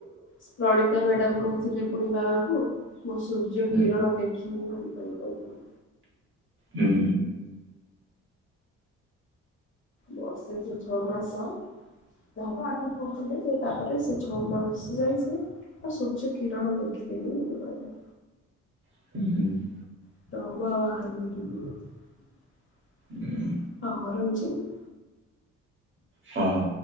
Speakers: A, on the left; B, on the right.
A: ସେ ଗଣିତ ମ୍ୟାଡାମ୍ କହୁଥିଲେ ପୁଣି ବାବାଙ୍କୁ ମଁ ସୂର୍ଯ୍ୟ
B: ହୁଁ
A: କିରଣ ଦେ <unintelligible>
B: ହୁଁ।
A: ବସିଛି ଛଅ ମାସ। ଯାହା ତ ଆଗରୁ ପଢୁଥିଲି ସେ ତାପରେ ସେ ଛଅ ମାସ ଯାଇଛି। ହଁ, ସୂର୍ଯ୍ୟକିରଣ ଦେଖିଲିନି ମତେ କହିଲା।
B: <unintelligible>
A: <unintelligible>
B: ହୁଁ। ହଁ।